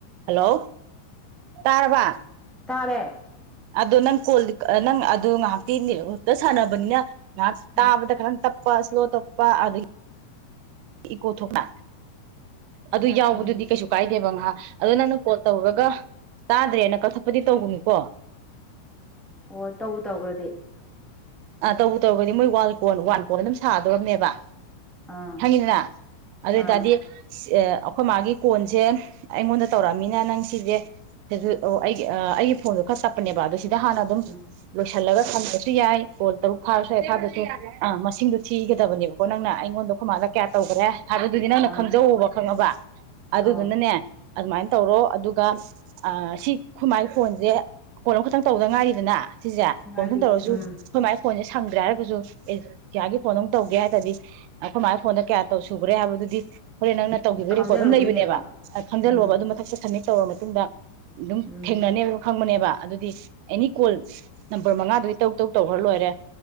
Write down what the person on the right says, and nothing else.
hello ꯇꯥꯔꯕꯥ
ꯑꯗꯣ ꯅꯪ ꯀꯣꯜ ꯅꯪ ꯑꯗꯨ ꯉꯥꯏꯍꯥꯛꯇꯤꯛꯇ ꯁꯥꯟꯅꯕꯅꯤꯅ ꯉ
ꯇꯥꯕꯗ ꯈꯔꯪ ꯇꯞ ꯐꯥꯁꯂꯣ ꯇꯞꯄꯥ ꯑꯒ ꯏ ꯀꯣꯊꯅ ꯑꯗꯨ ꯌꯥꯎꯕꯗꯨꯗꯤ
ꯀꯩꯁꯨ ꯀꯥꯏꯗꯦꯕ ꯉꯥꯏꯍꯥꯛ ꯑꯗꯨꯣ ꯅꯪꯅ ꯀꯣꯜ ꯇꯧꯔꯒ ꯇꯥꯗ꯭ꯔꯦꯅ ꯀꯛꯊꯠꯄꯗꯤ ꯇꯧꯕꯅꯤꯀꯣ
ꯑ ꯇꯧꯕ ꯇꯧꯕꯒꯗꯤ ꯃꯣꯏ ꯋꯥꯟ ꯀꯣꯟ ꯋꯥꯟ ꯀꯣꯟ ꯑꯗꯨꯝ ꯁꯥꯗꯣꯔꯔꯕꯅꯦꯕ
ꯍꯪꯤꯟꯅ ꯑꯗꯨꯗꯇꯥꯗꯤ
ꯑꯦ ꯑꯩꯈꯣꯏ ꯃꯥꯒꯤ ꯀꯣꯟꯁꯦ ꯑꯩꯉꯣꯟꯗ ꯇꯧꯔꯛꯑꯃꯤꯅ ꯅꯪ ꯁꯤꯁꯦ ꯑꯩꯒꯤ ꯑꯩꯒꯤ ꯐꯣꯟꯗꯣ ꯈꯔ ꯇꯞꯄꯅꯦꯕ ꯑꯗꯨ ꯁꯤꯗ ꯍꯥꯟꯅ ꯑꯗꯨꯝ
ꯂ ꯊꯜꯂꯒ ꯊꯝꯕꯁꯨ ꯌꯥꯏ ꯍꯣꯏ ꯇꯔꯨꯛ ꯐꯥꯔ ꯁ꯭ꯋꯥꯏ ꯐꯥꯗꯁꯨ ꯑꯥ ꯃꯁꯤꯡꯗꯣ ꯊꯤꯒꯗꯕꯅꯦꯕ ꯣ ꯅꯪꯅ ꯑꯩꯉꯣꯟꯗ ꯈꯨꯃꯥꯡꯗ ꯀꯌꯥ ꯇꯧꯈꯔꯦ ꯊꯥꯕꯗꯨꯗꯤ ꯅꯪꯅ
ꯈꯪꯖꯧꯕ ꯈꯪꯉꯕ ꯑꯗꯨꯗꯨ
ꯅꯅꯦ ꯑꯗꯨꯃꯥꯏꯅ ꯇꯧꯔꯣ ꯑꯗꯨꯒ ꯁꯤ ꯈꯨꯃꯥꯏ ꯐꯣꯟꯁꯦ ꯀꯣꯟ ꯑꯃꯈꯛꯇꯪ ꯇꯧꯗ ꯉꯥꯏꯔꯤꯗꯅ ꯁꯤꯁꯦ
ꯀꯣꯟꯝꯇꯪ ꯇꯧꯔꯁꯨ
ꯐꯣꯟꯁꯦ ꯁꯪꯗ꯭ꯔꯦ ꯍꯥꯏꯔꯒꯁꯨ ꯑꯦ ꯏꯌꯥꯒꯤ ꯐꯣꯟ ꯑꯃ ꯇꯧꯒꯦ ꯍꯥꯏꯔꯗꯤ ꯑꯩꯈꯣꯏ ꯃꯥꯒꯤ ꯐꯣꯟꯗ ꯀꯌꯥ ꯇꯧ ꯁꯨꯈ꯭ꯔꯦ ꯍꯥꯏꯕꯗꯨꯗꯤ ꯍꯣꯔꯦꯟ ꯅꯪꯅ ꯇꯧꯈꯤꯕ
ꯔꯦꯀꯣꯔꯠ ꯑꯗꯨ ꯂꯩꯕꯅꯦꯕ ꯈꯪꯖꯜꯂꯣꯕ
ꯑꯗꯨ ꯃꯊ ꯆꯠꯊꯅꯤ ꯇꯧꯔ ꯃꯇꯨꯡꯗ ꯑꯗꯨꯝ
ꯊꯦꯡꯅꯅꯦꯕ ꯐꯪꯕꯅꯦꯕ ꯑꯗꯨꯗꯤ ꯑꯦꯅꯤ ꯀꯣꯜ ꯅꯝꯕꯔ ꯃꯉꯥꯗꯨꯗꯤ ꯇꯧ ꯇꯧ ꯇꯧꯈ꯭ꯔ ꯂꯣꯏꯔꯦ